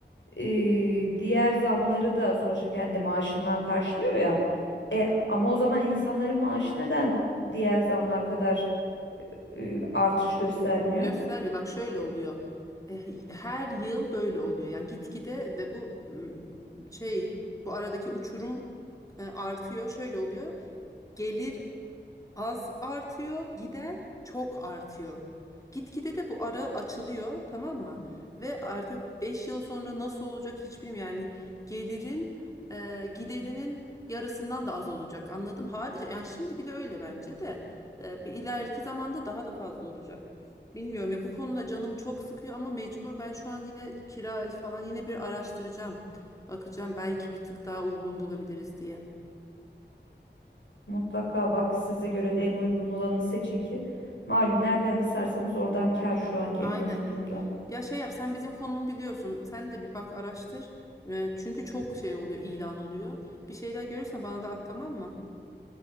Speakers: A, on the left (about 85°); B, on the left (about 15°).
A: e, diğer zamları da sonuçta kendi maaşından karşılıyor ya. E, ama o zaman insanların maaşı neden diğer zamlar kadar e, artış göstermiyor?
B: Göstermiyor. Bak şöyle oluyor. E, Her yıl böyle oluyor. Yani gitgide ve bu m, şey bu aradaki uçurum e, artıyor. Şöyle oluyor. Gelir az artıyor, gider çok artıyor. Gitgide de bu ara açılıyor, tamam mı? Ve artık 5 yıl sonra nasıl olacak hiç bilmiyorum. Yani gelirin e, giderinin yarısından da az olacak. Anladım. Hali, yani şimdi bile öyle bence de. E, bir ileriki zamanda daha da fazla olacak. Bilmiyorum ya bu konuda canımı çok sıkıyor ama mecbur ben şu an yine kira falan yine bir araştıracağım. Bakacağım belki bir tık daha uygun bulabiliriz diye.
A: Mutlaka bak size göre de en uygun olanı seçin ki. Malum nereden kısarsanız oradan kar şu anki
B: Aynen.
A: ekonomik durumda.
B: Ya şey yap sen bizim konumu biliyorsun. Sen de bir bak araştır. Ee, çünkü çok şey oluyor, ilan oluyor. Bir şeyler görürsen bana da at tamam mı?